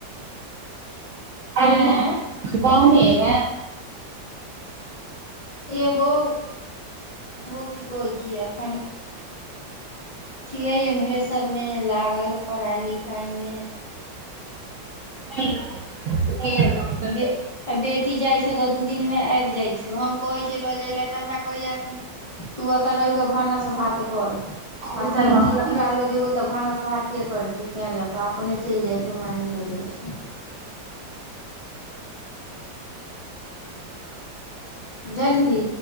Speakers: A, on the right (about 80°); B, on the left (about 45°).
A: अभि
B: एं
A: ले या नऽ गाँव नै एबे
B: एबो एबो की कहै छिये एखन छियै एम्हरे सब मे लागल पढ़ाई लिखाई मे
A: हेलो नय एबो
B: बे ए बेटी जाइ छौउ तऽ दू दिनमे आबि जाइत छौ हम कहै छैय लऽ जाय लए तऽ हमरा कहैया कि तू एतऽ रहि केँ भानस भात कर
A: एबै
B: एतऽ चितकुरा लऽ जेबौ तऽ भानस भात केँ करती तैँ लऽ कऽ अपने चैल जाइत छौ हमरा नय लऽ जाइ छै बुझलही